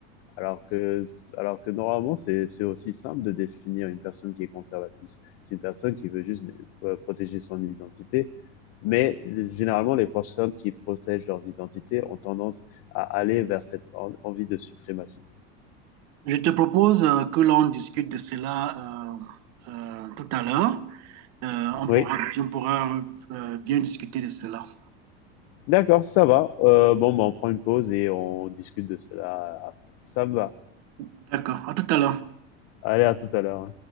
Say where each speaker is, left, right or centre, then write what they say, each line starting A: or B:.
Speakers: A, on the left; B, on the right.
A: Alors que, alors que normalement, c'est c'est aussi simple de définir une personne qui est conservatrice. C'est une personne qui veut juste euh, protéger son identité mais généralement, les personnes qui protègent leurs identités ont tendance à aller vers cette en- envie de suprématie.
B: Je te propose euh, que l'on discute de cela euh, euh, tout à l'heure. Euh, on
A: Oui,
B: pourra, on pourra euh, bien discuter de cela.
A: d'accord, ça va. Euh, bon, bah, on prend une pause et on discute de cela après. Ça me va.
B: D'accord, à tout à l'heure.
A: Allez, à tout à l'heure.